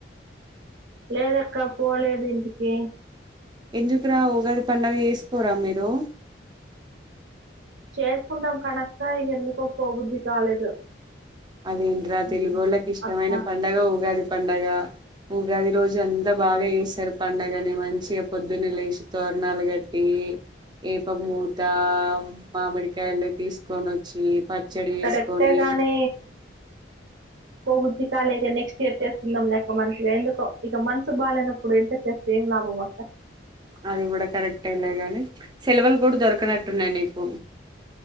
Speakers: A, on the right; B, on the right.
A: లేదక్క పోలేదు ఇంటికి
B: ఎందుకు రావు గాడి పండగ చేస్ పోరా మీరు
A: చేసుకుంటాం కానీ అక్క ఎందుకు పో బుద్ధి కాలేదు
B: అదేంటరా తెలుగు
A: ఉమ్,
B: వాళ్ళకి ఇష్టమైన
A: అట్లా
B: పండుగ ఊగాది పండగ ఉగాది రోజు అంతా బాగా వేసారు పండగని మంచిగా పొద్దున్నల వేసి తోరణాలు కట్టి ఏప మూత మామిడికాయలు తీసుకొని వచ్చి పచ్చడి చేసుకొని
A: కరెక్టే గానీ ఉుద్ధికాల ఇక నెక్స్ట్ ఇయర్ చేస్తుందాం లేక మంచిగా ఎందుకో ఇక మనసు బాగానప్పుడు ఎంతకు చేస్తే ఏం లాభం అక్క
B: అది కూడా కరెక్ట్ అలే గానీ సెలవులు ఇప్పుడు దొరక నట్టున్నాయి నీకు